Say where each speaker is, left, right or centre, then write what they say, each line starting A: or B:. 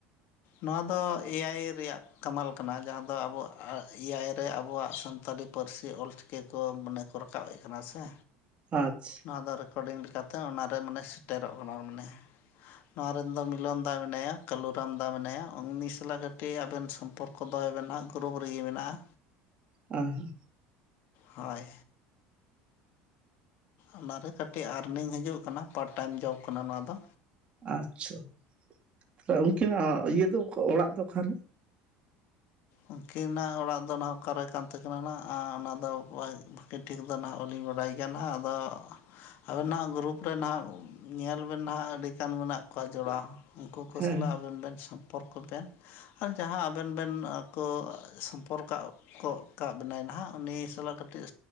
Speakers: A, on the left; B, on the right.
A: ᱱᱚᱣᱟ ᱫᱚ ᱮᱭᱟᱭ ᱨᱮᱭᱟᱜ ᱠᱟᱢᱟᱞ ᱠᱟᱱᱟ᱾ ᱡᱟᱦᱟᱸ ᱫᱚ ᱟᱵᱚ ᱮᱭᱟᱭ ᱨᱮ ᱟᱵᱚᱣᱟᱜ ᱥᱟᱱᱛᱟᱞᱤ ᱯᱟᱹᱨ ᱥᱤ ᱚᱞᱪᱤᱠᱤ ᱠᱚ ᱢᱟᱱᱮ ᱠᱚ ᱨᱟᱠᱟᱵᱮᱜ ᱠᱟᱱᱟ ᱥᱮ᱾
B: ᱟᱪᱪᱷ
A: ᱱᱚᱣᱟ ᱫᱚ ᱨᱮᱠᱚᱨᱰᱤᱝ ᱞᱮᱠᱟᱛᱮ ᱚᱱᱟᱨᱮ ᱢᱟᱱᱮ ᱥᱮᱴᱮᱨᱚᱜ ᱠᱟᱱᱟ, ᱢᱟᱱᱮ ᱱᱚᱣᱟ ᱨᱮᱱ ᱫᱚ ᱢᱤᱞᱚᱱ ᱫᱟ ᱢᱮᱱᱟᱭᱟ ᱠᱟᱹᱞᱩ ᱨᱟᱢ ᱫᱟ ᱢᱮᱱᱟᱭᱟ, ᱩᱱᱤ ᱥᱟᱞᱟᱜ ᱠᱟᱹᱴᱤᱡ ᱟᱵᱮᱱ ᱥᱚᱢᱯᱚᱨᱠᱚ ᱫᱚᱦᱚᱭ ᱵᱮᱱ ᱦᱟᱸᱜ ᱜᱨᱩᱯ ᱨᱮ ᱤᱭᱟᱹ ᱢᱮᱱᱟᱜᱼᱟ᱾
B: ᱩᱸ ᱦᱩᱸ᱾
A: ᱦᱳᱭ᱾ ᱚᱱᱟᱨᱮ ᱠᱟᱹᱴᱤᱡ ᱟᱨᱱᱤᱝ ᱦᱟᱹᱡᱩᱜ ᱠᱟᱱᱟ᱾ ᱯᱟᱨᱴ ᱴᱟᱭᱤᱢ ᱡᱚᱵ ᱠᱟᱱᱟ ᱱᱚᱣᱟ ᱫᱚ᱾
B: ᱟᱪᱪᱷᱟ, ᱛᱟᱦᱚᱞᱮ ᱩᱱᱠᱤᱱᱟᱜ ᱤᱭᱟᱹ ᱫᱚ ᱚᱠᱟ ᱚᱲᱟᱜ ᱫᱚ ᱚᱠᱟᱨᱮ?
A: ᱩᱱᱠᱤᱱᱟᱜ ᱚᱲᱟᱜ ᱫᱚᱱ ᱱᱟᱦᱟᱜ ᱚᱠᱟᱨᱮ ᱠᱟᱱ ᱛᱟᱹᱠᱤᱱᱟ ᱱᱟᱦᱟᱜ ᱚᱱᱟ ᱫᱚ ᱵᱟᱧ ᱵᱷᱟᱜᱤ ᱴᱷᱤᱠ ᱫᱚ ᱱᱟᱦᱟᱜ ᱵᱟᱹᱞᱤᱧ ᱵᱟᱰᱟᱭ ᱜᱮᱭᱟ ᱱᱟᱦᱟᱜ ᱟᱫᱚ ᱟᱵᱮᱱ ᱱᱟᱦᱟᱜ ᱜᱨᱩᱯ ᱨᱮ ᱱᱟᱦᱟᱜ ᱧᱮᱞ ᱵᱮᱱ ᱱᱟᱦᱟᱜ ᱟᱹᱰᱤ ᱜᱟᱱ ᱢᱮᱱᱟᱜ ᱠᱚᱣᱟ ᱡᱚᱲᱟᱣ᱾ ᱩᱱᱠᱩ ᱠᱚ
B: ᱦᱮᱸ
A: ᱥᱟᱞᱟᱜ ᱟᱵᱮᱱ ᱵᱮᱱ ᱥᱚᱢᱯᱚᱨᱠᱚ ᱵᱮᱱ, ᱟᱨ ᱡᱟᱦᱟᱸ ᱟᱵᱮᱱ ᱵᱮᱱ ᱠᱚ ᱥᱚᱢᱯᱚᱨᱠᱟᱣ ᱠᱚᱜ ᱠᱟᱜ ᱵᱮᱱᱟᱭ ᱱᱟᱦᱟᱜ ᱩᱱᱤ ᱥᱟᱞᱟᱜ ᱠᱟᱹᱴᱤᱡ